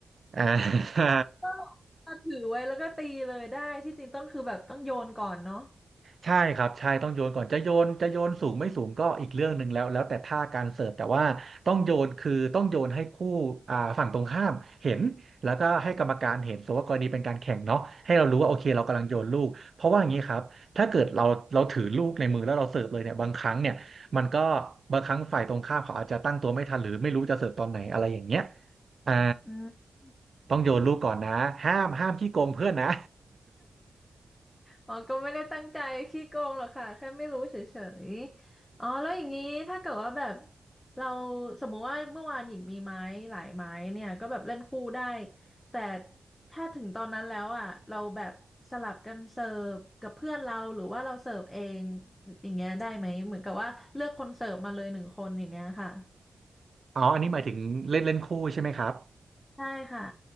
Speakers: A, on the right; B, on the left.
A: อ่า
B: ก็เอาถือไว้แล้วก็ตีเลยได้ที่จริงต้องคือแบบต้องโยนก่อนเนาะ
A: ใช่ครับใช่ต้องโยนก่อนจะโยนจะโยนสูงไม่สูงก็อีกเรื่องหนึ่งแล้วแล้วแต่ท่าการเสิร์ฟแต่ว่าต้องโยนคือต้องโยนให้คู่อ่าฝั่งตรงข้ามเห็นแล้วก็ให้กรรมการเห็นสมมติว่ากรณีเป็นการแข่งเนาะให้เรารู้ว่าโอเคเรากำลังโยนลูกเพราะว่าอย่างนี้ครับถ้าเกิดเราเราถือลูกในมือแล้วเราเสิร์ฟเลยเนี่ยบางครั้งเนี่ยมันก็บางครั้งฝ่ายตรงข้ามเขาอาจจะตั้งตัวไม่ทันหรือไม่รู้จะเสิร์ฟตอนไหนอะไรอย่างเงี้ยอ่า
B: อืม
A: ต้องโยนลูกก่อนนะห้ามห้ามขี้โกงเพื่อนนะ
B: อ๋อก็ไม่ได้ตั้งใจขี้โกงหรอกค่ะแค่ไม่รู้เฉยๆอ๋อแล้วอย่างนี้ถ้าเกิดว่าแบบเราสมมุติว่าเมื่อวานหญิงมีไม้หลายไม้เนี่ยก็แบบเล่นคู่ได้แต่ถ้าถึงตอนนั้นแล้วอ่ะเราแบบสลับกันเสิร์ฟกับเพื่อนเราหรือว่าเราเสิร์ฟเองอย่างเงี้ยได้ไหมเหมือนกับว่าเลือกคนเสิร์ฟมาเลยหนึ่งคนอย่างเงี้ยค่ะ
A: อ๋ออันนี้หมายถึงเล่นเล่นคู่ใช่ไหมครับ
B: ใชค่ะ